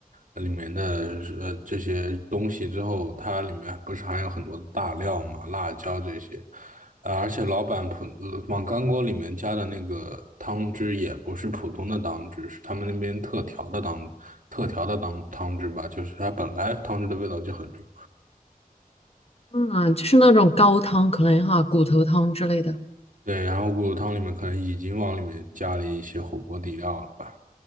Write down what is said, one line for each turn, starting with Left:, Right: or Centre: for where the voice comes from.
Right: 呃里面的呃这些东西之后，它里面不是含有很多的大料嘛，辣椒这些，啊，而且老板普呃往干锅里面加的那个汤汁也不是普通的汤汁，是他们那边特调的汤特调的汤汤汁吧，就是它本来汤汁的味道就很重。
Left: 嗯，就是那种高汤可能哈，骨头汤之类的。
Right: 对，然后骨头汤里面可能已经往里面加了一些火锅底料了吧？